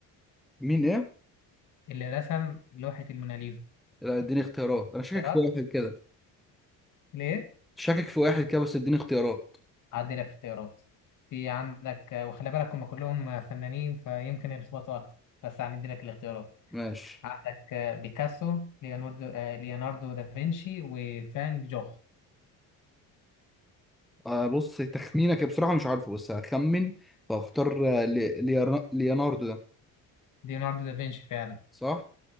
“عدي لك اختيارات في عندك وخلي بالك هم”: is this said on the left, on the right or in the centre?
Left